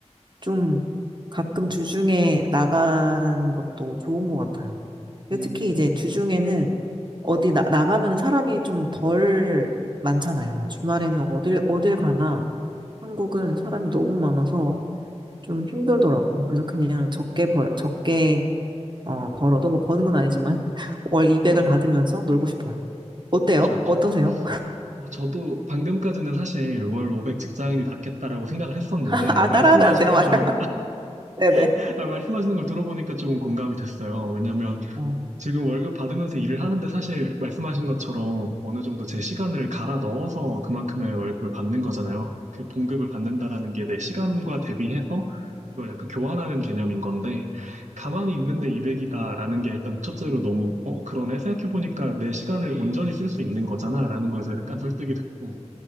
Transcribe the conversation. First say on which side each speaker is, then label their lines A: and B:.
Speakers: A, on the right; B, on the right.
A: 좀 가끔 주중에 나가는 것도 좋은 것 같아요. 근데
B: 음,
A: 특히 이제 주중에는 어디 나, 나가면 사람이 좀 덜 많잖아요. 주말에는 어딜, 어딜 가나 한국은 사람이 너무 많아서 좀 힘들더라고요. 그래서 그냥 적게 벌, 적게 어, 벌어도 뭐 버는 건 아니지만 <laughs> 월 200을
B: 아,
A: 받으면서 놀고 싶어요. 어때요?
B: 그렇죠.
A: 어떠세요?
B: 저, 어, 저도 방금까지는 사실 월 500 직장인이 낫겠다라고 생각을 했었는데
A: <laughs> 아, 따라하면
B: 말씀하시는
A: 안 돼요, 말
B: 걸,
A: <laughs> 네네.
B: <laughs> 아, 말씀하시는 걸 들어보니까 조금 공감이 됐어요. 왜냐면
A: 어,
B: 지금 월급 받으면서 일을 하는데 사실 말씀하신 것처럼 어느 정도 제 시간을 갈아 넣어서 그만큼의 월급을 받는 거잖아요. 그 봉급을 받는다라는 게 내 시간과 대비해서 그걸 약간 교환하는 개념인 건데 가만히 있는데 200이다라는 게 일단 첫째로 너무 어 그러네 생각해보니까 내 시간을 온전히 쓸 수 있는 거잖아라는 거에서 약간 설득이 됐고